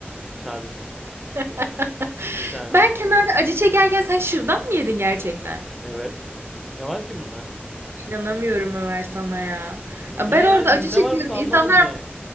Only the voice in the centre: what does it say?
sadece.
İki tane.
Evet. Ne var ki bunda?
Niye
ya? Ne
var bunda anlamadım
ya.